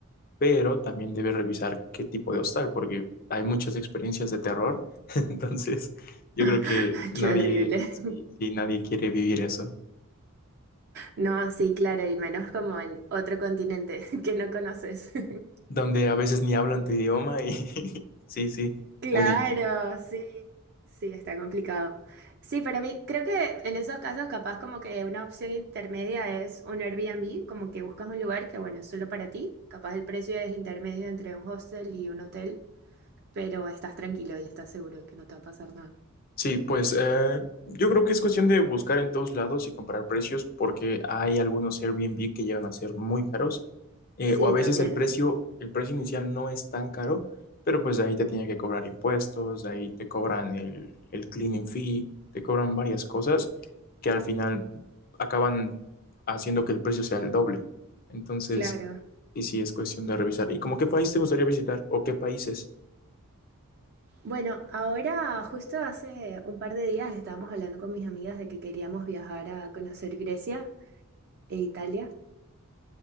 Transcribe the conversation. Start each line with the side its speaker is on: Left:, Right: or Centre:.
Left: pero también debes revisar qué tipo de hostal, porque hay muchas experiencias de terror, <laughs> entonces yo creo que
Right: <laughs>
Left: nadie,
Right: qué horrible.
Left: sí,
Right: <laughs>
Left: sí, nadie quiere vivir eso,
Right: No, sí, claro, y menos como en otro continente <laughs> que no conoces. <laughs>
Left: donde a veces ni hablan tu idioma y <laughs> sí, sí,
Right: Claro,
Left: muy difícil.
Right: sí, sí, está complicado. Sí, para mí, creo que en esos casos capaz como que una opción intermedia es un Airbnb, como que buscas un lugar que, bueno, es solo para ti, capaz el precio es intermedio entre un hostel y un hotel, pero estás tranquilo y estás seguro de que no te va a pasar nada.
Left: Sí, pues eh, yo creo que es cuestión de buscar en todos lados y comparar precios porque hay algunos Airbnb que llegan a ser muy caros eh,
Right: Sí,
Left: o a veces
Right: también,
Left: el precio, el precio inicial no es tan caro, pero pues de ahí te tienen que cobrar impuestos, de ahí te cobran el, el cleaning fee, te cobran varias cosas que al final acaban haciendo que el precio sea el doble. Entonces,
Right: claro.
Left: y sí, es cuestión de revisar. ¿Y como qué país te gustaría visitar o qué países?
Right: Bueno, ahora justo hace un par de días estábamos hablando con mis amigas de que queríamos viajar a conocer Grecia e Italia.